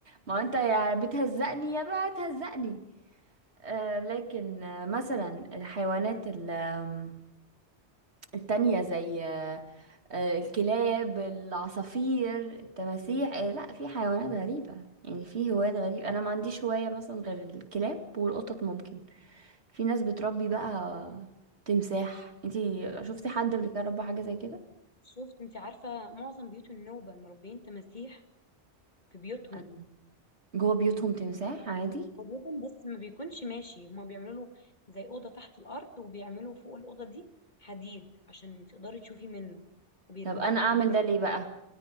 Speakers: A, on the right; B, on the left.
A: ما هو انت يا بتهزقني يا بقى هتهزقني آه لكن آه مثلا الحيوانات ال- آم، التانية زي آه آه، الكلاب العصافير التماسيح آه لا في حيوانات غريبة يعني في هوايات غريبة أنا ما عنديش هواية مثلا غير الكلاب والقطط ممكن في ناس بتربي بقى تمساح انتي شفتي
B: في
A: حد قبل كده ربى حاجة زي كده
B: شفت انت عارفة معظم بيوت النوبة مربيين تماسيح في بيوتهم
A: أنا- جوه بيوتهم تمساح عادي
B: ربوتهم بس ما بيكونش ماشي هما بيعملوا له زي أوضة تحت الأرض وبيعملوا فوق الأوضة دي حديد عشان تقدري تشوفي منه وبيرموا
A: طب انا
B: له أكل
A: اعمل
B: منه
A: ده ليه بقى